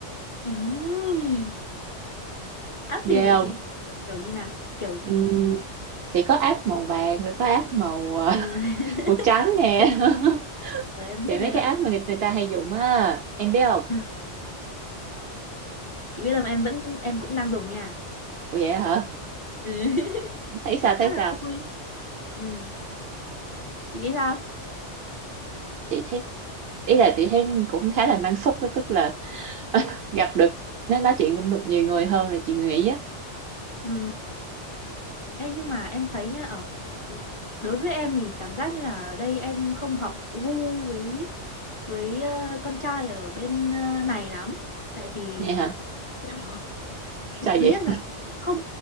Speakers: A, on the left; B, on the right.
A: Ừm, App
B: ghê
A: gì vậy
B: không?
A: chị? Kiểu như nào? Kiểu
B: Ừm,
A: ừm,
B: Chị có app màu vàng rồi có app màu ờ,
A: ờ, <laughs>
B: <laughs> màu trắng nè.
A: ok,
B: <laughs>
A: rồi em
B: Thì
A: biết
B: mấy
A: rồi đó.
B: cái app mà người, người ta hay dùng á, em biết không?
A: Ừ. Chị biết là em vẫn em cũng đang dùng nha.
B: Ủa vậy hả?
A: Ừ. <laughs>
B: Thấy sao
A: Khá
B: thấy
A: là
B: sao?
A: vui. Ừ. Chị nghĩ sao?
B: Chị thấy ý là chị thấy cũng khá là năng suất đó, tức là <laughs> gặp được nói nói chuyện được nhiều người hơn là chị nghĩ á.
A: Ừ. Ê, nhưng mà em thấy nhá ở ừ, đối với em thì cảm giác như là ở đây em không hợp gu với với ờ, con trai ở bên ờ, này lắm. Tại vì
B: Nghe hả?
A: <laughs> kiểu
B: Sao
A: thứ
B: vậy?
A: nhất là không